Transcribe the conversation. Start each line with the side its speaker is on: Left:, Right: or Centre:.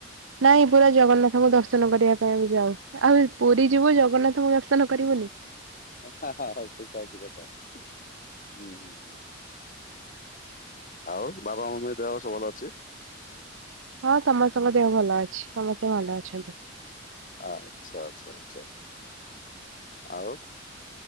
Right: ନାଇଁ ପୁରା ଜଗନ୍ନାଥଙ୍କୁ ଦର୍ଶନ କରିବା ପାଇଁ ଆମେ ଯାଉ। ଆଉ ଏ ପୁରୀ ଯିବୁ ଜଗନ୍ନାଥଙ୍କୁ ଦର୍ଶନ କରିବୁନି
Left: ହ ହଉ ସେଇଟା ହୋଉଚି କଥା ହୁଁ ହୁଁ ହୁଁ ଆଉ ବାବା ମମିଙ୍କ ଦେହ ସବୁ ଭଲ ଅଛି
Right: ହଁ ସମସ୍ତଙ୍କ ଦେହ ଭଲ ଅଛି ସମସ୍ତେ ଭଲ ଅଛନ୍ତି।
Left: ଆ ଆଛା ଆଛା ଆଛା ଆଉ